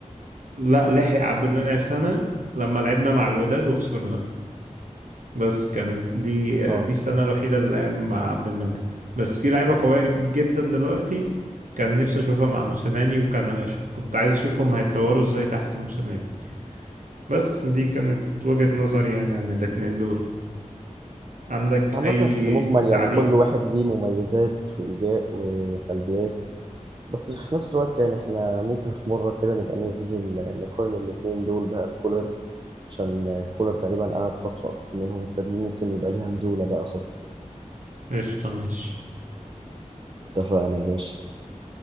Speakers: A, on the right (about 80°); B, on the right (about 40°).
A: لا لحق عبد المنعم سنة لما لعبنا مع الوداد وخسرنا بس كانت دي
B: اه
A: دي السنة الوحيدة اللي لعب مع عبد المنعم بس في لعيبة قوية جدا دلوقتي كان نفسي أشوفها مع موسيماني وكان أش- كنت عايز أشوفهم هيتطوروا إزاي تحت موسيماني بس دي كانت وجهة نظري يعني عن الاتنين دول عندك
B: عامة
A: أي
B: في المجمل
A: تعليق؟
B: يعني كل واحد ليه مميزات وإيجاب وسلبيات بس في نفس الوقت يعني احنا ممكن في مرة كده نبقى ننزل نقارن الاتنين دول بقى بكولر عشان كولر تقريبا قعد فترة أكتر منهم فدي ممكن يبقى ليها نزولة بقى خاصة
A: قشطة ماشي
B: اتفقنا يا باشا